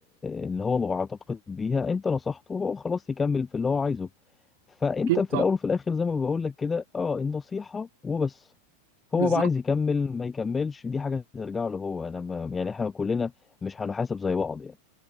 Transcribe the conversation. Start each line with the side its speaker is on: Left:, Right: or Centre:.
Left: اللي هو معتقد بيها انت نصحته وهو خلاص يكمل في اللي هو عايزه فانت
Right: اكيد
Left: في
Right: طبعا
Left: الاول وفي الاخر زي ما بقول لك كده اه النصيحه وبس هو
Right: بالظبط
Left: بقى عايز يكمل ما يكملش دي حاجه ترجع له هو انا ما يعني احنا كلنا مش هنحاسب زي بعض يعني